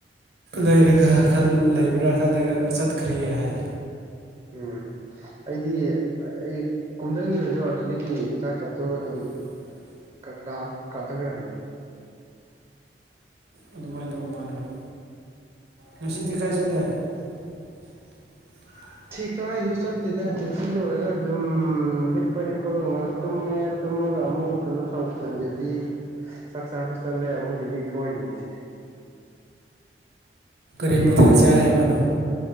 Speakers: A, on the right (about 65°); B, on the right (about 35°).
A: ꯂꯩꯔꯒ ꯂꯩꯕ꯭ꯔꯥ ꯈꯜꯂꯒ ꯆꯠꯈ꯭ꯔꯦ ꯍꯥꯏ
B: ꯎꯝ ꯑꯩꯗꯤ ꯑꯩ ꯀꯨꯝꯊꯈꯤꯕꯗꯣ ꯑꯗꯨꯗꯒꯤ ꯆꯥꯛ ꯆꯥꯊꯣꯛꯒ ꯑꯗꯨꯝ
A: <unintelligible>
B: ꯀ ꯀꯐꯒ꯭ꯔꯝꯃꯦ
A: ꯑꯗꯨꯃꯥꯏꯅ ꯇꯧꯕ ꯃꯥꯜꯂꯦ ꯍꯣꯏ ꯉꯁꯤꯗꯤ ꯀꯥꯏ ꯆꯠꯂꯦ <unintelligible>
B: ꯁꯤ ꯀꯥꯏꯗꯨꯁꯨ ꯆꯠꯇꯦꯗꯅ ꯆꯄꯤꯤ ꯂꯣꯏꯔꯒ ꯑꯗꯨꯝ ꯍꯤꯞꯄ ꯍꯤꯞꯄꯒ ꯉꯥꯏꯍꯥꯛ ꯇꯨꯝꯃꯦ ꯑꯃꯨꯛ ꯀꯩꯅꯣ ꯇꯧꯕ ꯗꯌꯨꯇꯤ ꯆꯥꯛ ꯆꯥꯕ ꯆꯠꯂꯦ ꯑꯃꯨꯛ ꯗꯗꯨꯌꯨꯇꯤ ꯊꯣꯛꯏꯅꯤꯅꯦꯁꯦ ꯍꯌꯦꯡ
A: ꯔꯤꯃꯊ ꯆꯥ ꯅꯥꯣ